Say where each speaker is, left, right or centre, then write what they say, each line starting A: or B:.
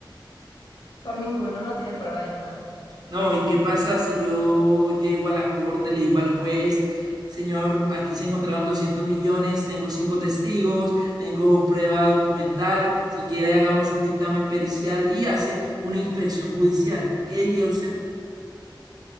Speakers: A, on the left (about 65°); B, on the right (about 50°).
A: Por ninguno, no tiene prueba de nada.
B: No, ¿y qué pasa si yo llego a la corte, le digo al juez, señor, aquí se encontraron 200 millones, tengo cinco testigos, tengo prueba documental, si quiere hagamos un dictamen pericial y hace una inspección judicial? ¿Qué diría usted?